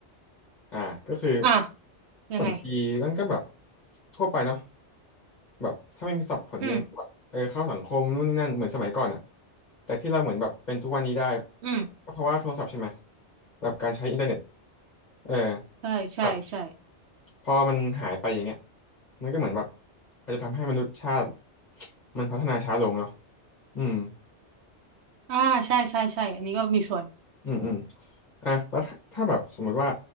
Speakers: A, on the left; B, on the right.
A: อ่าก็คือ
B: อ่ะ
A: ผลดีมันก็แบบ
B: ยังไง
A: ทั่วไปเนาะแบบถ้าไม่มีโทรศัพท์ผลดีมันก็แบบเออเข้าสังคมนู่นนี่นั่นเหมือนสมัยก่อนอะ
B: อืม
A: แต่ที่เราเหมือนแบบเป็นทุกวันนี้ได้
B: อืม
A: ก็เพราะว่าโทรศัพท์ใช่ไหมแบบการใช้อินเทอร์เน็ตเออ
B: ใช่ใช่ใช่
A: แบบ พอมันหายไปอย่างเงี้ยมันก็เหมือนแบบอาจจะทำให้มนุษยชาติมันพัฒนาช้าลงเนาะอืม
B: อ่าใช่ใช่ใช่อันนี้ก็มีส่วน
A: อืมอืมอ่ะแล้วถ้าถ้าแบบสมมุติว่า